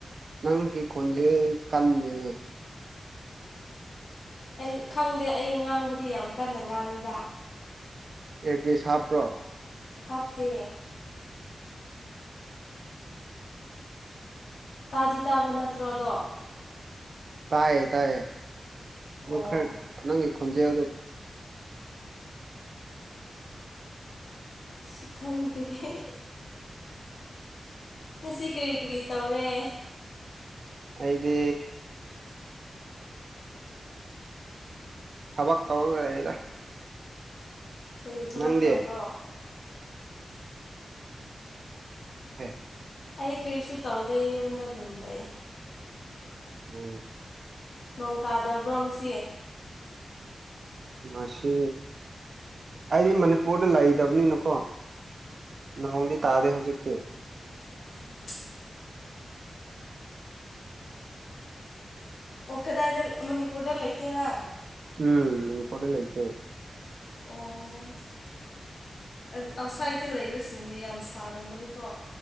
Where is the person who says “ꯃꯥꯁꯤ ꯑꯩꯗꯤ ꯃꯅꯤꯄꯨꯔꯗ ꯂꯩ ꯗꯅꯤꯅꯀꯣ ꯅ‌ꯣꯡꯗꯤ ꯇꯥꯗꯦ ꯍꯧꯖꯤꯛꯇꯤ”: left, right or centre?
Right